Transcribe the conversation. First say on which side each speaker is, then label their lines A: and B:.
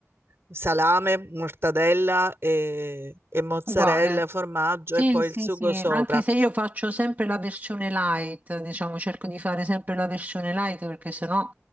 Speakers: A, on the right; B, on the right.
A: salame, mortadella e, e mozzarella,
B: Uguale.
A: formaggio
B: Sì,
A: e poi
B: sì,
A: il sugo
B: sì,
A: sopra.
B: anche se io faccio sempre la versione light, diciamo, cerco di fare sempre la versione light perché sennò